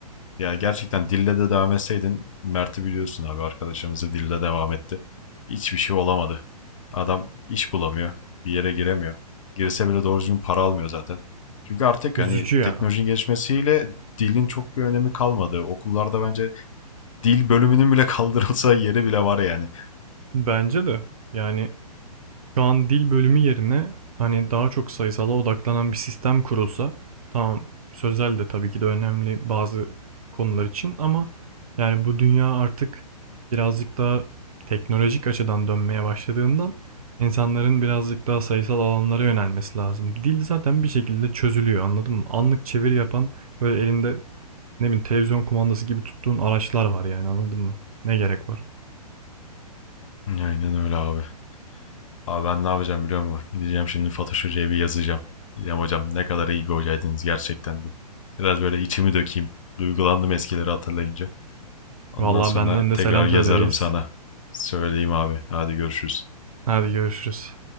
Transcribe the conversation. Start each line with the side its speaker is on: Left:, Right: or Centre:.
Left: Ya gerçekten dille de devam etseydin Mert'i biliyorsun abi arkadaşımızı dille devam etti. Hiçbir şey olamadı. Adam iş bulamıyor. Bir yere giremiyor. Girse bile doğru düzgün para almıyor zaten. Çünkü artık
Right: Üzücü
Left: hani
Right: ya.
Left: teknolojinin gelişmesiyle dilin çok bir önemi kalmadı. Okullarda bence dil bölümünün bile <laughs> kaldırılsa yeri bile var yani.
Right: Bence de. Yani şu an dil bölümü yerine hani daha çok sayısala odaklanan bir sistem kurulsa tamam sözel de tabii ki de önemli bazı konular için ama yani bu dünya artık birazcık daha teknolojik açıdan dönmeye başladığından insanların birazcık daha sayısal alanlara yönelmesi lazım. Dil zaten bir şekilde çözülüyor anladın mı? Anlık çeviri yapan böyle elinde ne bileyim televizyon kumandası gibi tuttuğun araçlar var yani anladın mı? Ne gerek var?
Left: Aynen öyle abi. Abi ben ne yapacağım biliyor musun? Gideceğim şimdi Fatoş Hoca'ya bir yazacağım. Diyeceğim hocam ne kadar iyi bir hocaydınız gerçekten diye. Biraz böyle içimi dökeyim. Duygulandım eskileri hatırlayınca. Ondan
Right: Vallahi
Left: sonra
Right: benden de
Left: tekrar
Right: selam
Left: yazarım
Right: söyle reis.
Left: sana. Söyleyeyim abi. Hadi görüşürüz.
Right: Hadi görüşürüz.